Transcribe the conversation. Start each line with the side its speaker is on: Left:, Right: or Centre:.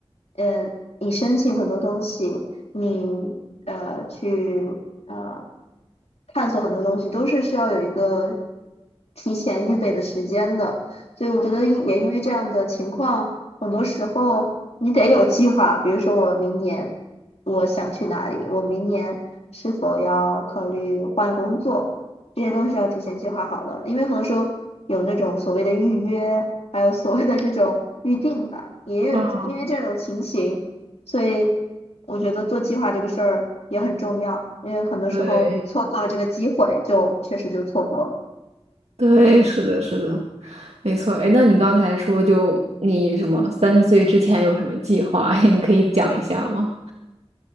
Left: 嗯、你申请很多东西，你呃去呃探索很多东西，都是需要有一个提前预备的时间的，所以我觉得因也因为这样的情况，很多时候你得有计划，比如说我明年我想去哪里，我明年是否要考虑换工作。这些都是要提前计划好的，因为很多时候有那种所谓的预约，还有所谓的这种预定吧，也有因为这种情形，
Right: 啊
Left: 所以我觉得做计划这个事儿也很重要，因为很多时候你错过了这个机会，
Right: 对
Left: 就确实就错过了。
Right: 对，是的，是的。没错，哎，那你刚才说就你什么三十岁之前有什么计划？<laughs> 你可以讲一下吗？